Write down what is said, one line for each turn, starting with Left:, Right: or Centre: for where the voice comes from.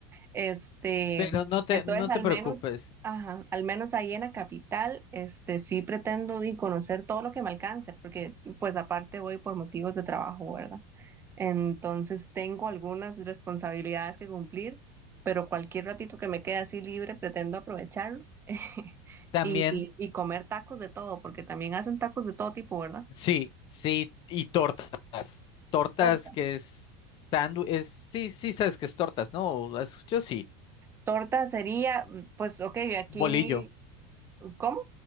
Right: Este,
Left: pero no te,
Right: entonces
Left: no
Right: al
Left: te preocupes.
Right: menos, ajá, al menos ahí en la capital, este, sí pretendo y conocer todo lo que me alcance, porque pues aparte voy por motivos de trabajo, ¿verdad? Entonces tengo algunas responsabilidades que cumplir, pero cualquier ratito que me quede así libre, pretendo aprovecharlo <laughs>
Left: También
Right: y, y- y comer tacos de todo, porque también hacen tacos de todo tipo, ¿verdad?
Left: Sí, sí, y tortas. Tortas
Right: Tortas.
Left: que es sándwich, es, sí, sí sabes que es tortas, ¿no? Has escuchado sí.
Right: Torta sería, pues, ok, aquí,
Left: Bolillo.
Right: ¿cómo?